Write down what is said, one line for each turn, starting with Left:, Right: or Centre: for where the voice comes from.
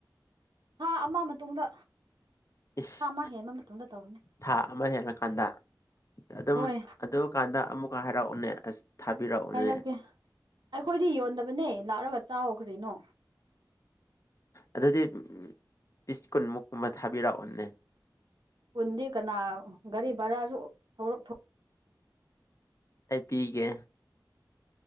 Right: ꯊꯥ ꯑꯃ ꯃꯇꯨꯡꯗ
Left: ꯏꯁ
Right: ꯊꯥ ꯑꯃ ꯍꯦꯟꯕ ꯃꯇꯨꯡꯗ ꯇꯧꯅꯤ
Left: ꯊꯥ ꯑꯃ ꯍꯦꯜꯂꯀꯥꯟꯗ ꯑꯗꯨꯝ
Right: ꯍꯣꯏ
Left: ꯑꯗꯨ ꯀꯥꯟꯗ ꯑꯃꯨꯛꯀ ꯍꯥꯏꯔꯛꯎꯅꯦ ꯑꯁ ꯊꯥꯕꯤꯔꯛꯎꯅꯦ
Right: ꯍꯥꯏꯔꯛꯀꯦ ꯑꯩꯈꯣꯏꯗꯤ ꯌꯣꯟꯗꯕꯅꯦ ꯂꯥꯛꯔꯒ ꯆꯥꯎꯀꯔꯤꯅꯣ
Left: ꯑꯗꯨꯗꯤ ꯄꯤꯁ ꯀꯨꯟꯃꯨꯛꯀꯨꯝꯕ ꯊꯥꯕꯤꯔꯛꯑꯣꯅꯦ
Right: ꯀꯨꯟꯗꯤ ꯀꯅꯥ ꯒꯥꯔꯤ ꯚꯔꯥꯁꯨ ꯊ‍ꯣꯛ
Left: ꯑꯩ ꯄꯤꯒꯦ